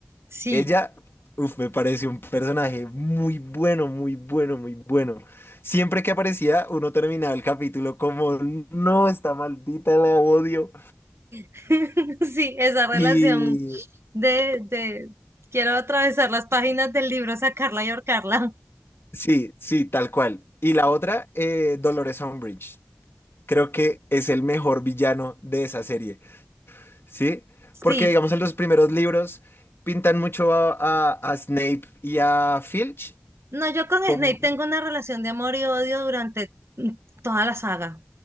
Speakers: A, on the right (about 75°); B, on the left (about 60°).
A: sí,
B: Ella, uf, me pareció un personaje muy bueno, muy bueno, muy bueno. Siempre que aparecía, uno terminaba el capítulo como, no, está maldita, la odio.
A: <laughs> sí, esa relación
B: Y
A: de, de quiero atravesar las páginas del libro, sacarla y ahorcarla. <laughs>
B: sí, sí, tal cual. Y la otra, eh, Dolores Umbridge. Creo que es el mejor villano de esa serie, ¿sí? Porque,
A: Sí.
B: digamos, en los primeros libros pintan mucho a, a- a Snape y a Filch
A: No, yo con
B: como...
A: Snape tengo una relación de amor y odio durante mm, toda la saga.